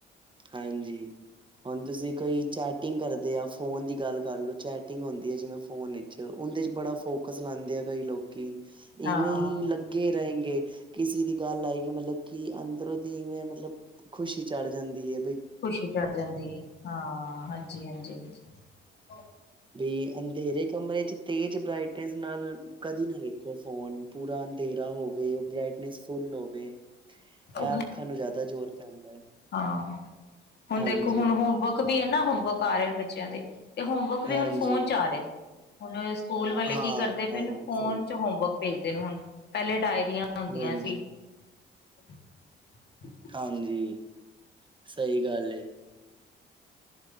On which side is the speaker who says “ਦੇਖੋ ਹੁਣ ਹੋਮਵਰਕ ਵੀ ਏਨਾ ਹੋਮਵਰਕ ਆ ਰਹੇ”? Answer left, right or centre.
Left